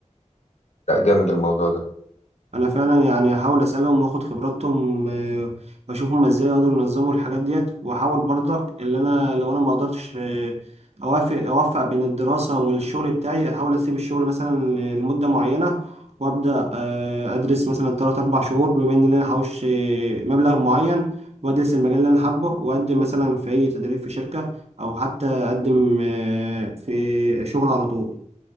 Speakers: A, on the left; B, on the right.
A: لا جامد الموضوع ده
B: انا فعلا يعني هحاول اسالهم واخد خبراتهم آه، واشوف هما ازاي يقدروا ينظموا الحاجات ديت واحاول برضك اللي انا لو انا ما قدرتش آه، اوافق اوفق بين الدراسه والشغل بتاعي احاول اسيب الشغل مثلا لمده معينه وابدا آه، ادرس مثلا 3 4 شهور بما ان انا هحوش آه، مبلغ معين وادرس المجال اللي انا حابه واقدم مثلا في اي تدريب في شركه او حتى اقدم آه، في شغل على طول